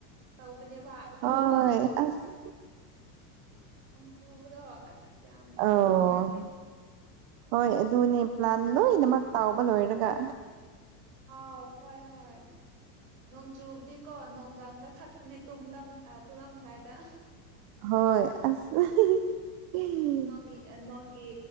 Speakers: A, on the right; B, on the right.
A: ꯇꯧꯕꯅꯦꯕ ꯑꯗꯨꯕꯨ
B: ꯍꯣꯏ ꯑꯁ
A: ꯆꯨꯕꯗꯣ ꯑꯁ ꯌꯥꯝ
B: ꯑꯧ
A: ꯅꯨꯡꯉꯥꯏꯇꯦ
B: ꯍꯣꯏ ꯑꯗꯨꯅꯦ ꯄ꯭ꯂꯥꯟ
A: ꯅꯣꯡ
B: ꯂꯣꯏꯅꯃꯛ ꯇꯥꯎꯕ ꯂꯣꯏꯔꯒ
A: ꯑꯥꯎ ꯍꯣꯏ ꯍꯣꯏ ꯅꯣꯡ ꯆꯨꯕꯗꯤꯀꯣ ꯅꯨꯡꯗꯥꯡꯗ ꯈꯛꯇꯅꯤ ꯇꯨꯝꯗꯝ ꯑ ꯇꯨꯔꯝꯗꯥꯏꯗ
B: ꯍꯣꯏ ꯑꯁ <unintelligible>
A: ꯅꯣꯡꯒꯤ ꯅꯣꯡꯒꯤ